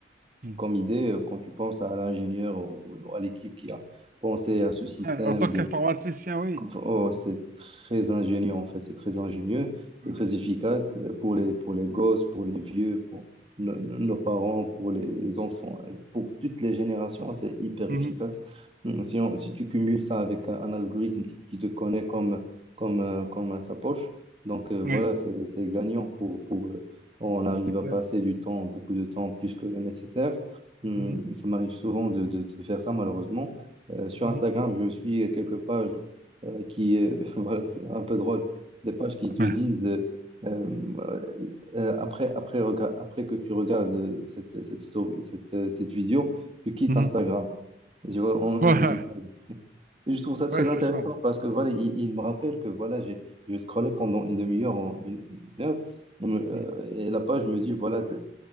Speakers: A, on the right; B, on the right.
A: Mhm.
B: comme idée euh, quand tu penses à l'ingénieur ou à l'équipe qui a pensé à ce système
A: Ouais, en tant
B: de
A: qu'informaticien, oui.
B: comme ça, Oh, c'est très ingénieux en fait, c'est très ingénieux,
A: Ouais.
B: c'est très efficace euh, pour les, pour les gosses, pour les vieux, pour nos, nos- nos parents, pour les enfants, euh, pour toutes les générations, c'est hyper
A: Mhm.
B: efficace. Hum, Si, on- si tu cumules ça avec un, un algorithme qui, qui te connaît comme, comme, euh, comme à sa poche donc euh,
A: Oui,
B: voilà, c'est, c'est gagnant pour, pour euh, on arrive
A: c'est clair.
B: à passer du temps, beaucoup de temps plus que nécessaire. Hum,
A: Mhm.
B: ça m'arrive souvent de, de de faire ça malheureusement. Euh, sur
A: Mhm.
B: Instagram, je suis quelques pages euh, qui, euh, <laughs> voilà, c'est un peu drôle, des pages qui te
A: Ouais.
B: disent, euh, euh, euh, après, après, rega- après que tu regardes euh, cette, cette story, cette, euh, cette vidéo, tu quittes
A: Mhm.
B: Instagram. Je vois, on <laughs>
A: Ouais.
B: me dit ça. Et Je trouve ça très
A: Ouais, c'est
B: intéressant
A: ça.
B: parce que voilà, il, il me rappelle que voilà, j'ai, je scrollais pendant une demi-heure, en- une, une heure, on me- euh,
A: Mhm.
B: et la page me dit, voilà, c'est-